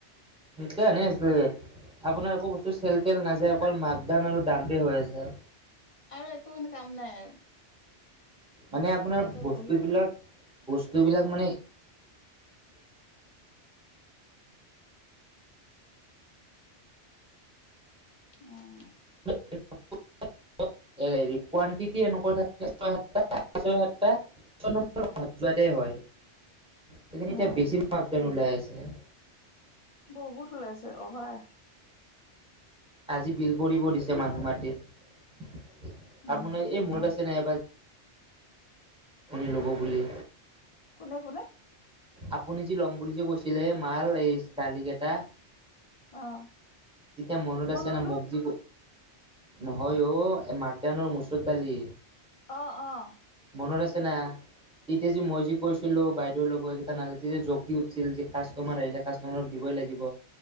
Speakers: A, in the centre; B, on the left.
A: এতিয়া এনেই আছো এ আপোনাৰ একো বস্তু চেল তেল নাযায় অকল মাকডান আৰু দামতে হৈ আছে
B: আৰু একো মানে কাম নাই আৰু?
A: মানে আপোনাৰ
B: তাৰপিছত
A: বস্তু
B: বহি
A: বিলাক বস্তু বিলাক মানে-
B: উম।
A: <unintelligible> হেৰি কোৱানটিটি এনেক থাকে ছয় সাত ছয় সাত ছয় যোৱা হয় সেই
B: উম
A: এতিয়া বেছি আদান ওলাই আছে
B: বহুত ওলাইছে অভাই
A: আজি বিল কৰিব দিছে মানুহ
B: মই একদম
A: মাতি আপোনাৰ
B: উম
A: এই মূৰত আছে নাই এবাৰ পনীৰ ল'ব বুলি
B: কোনে কোনে?
A: আপুনি যি ল'ম বুলি যে কৈছিলে মাল এই দালি কেইটা
B: অ
A: তেতিয়া মনত
B: মই
A: আছেনে
B: ললো
A: মগজি নহয় অ মাকদানৰ মুচুৰ দালি।
B: আহ আহ
A: মনত আছে না তেতিয়া যি মই যি কৈছিলো বাই লগ কেইটা নাল যে জকি উঠিছিল যে কাষ্টমাৰ আহিলে কাষ্টমাৰক দিবই লাগিব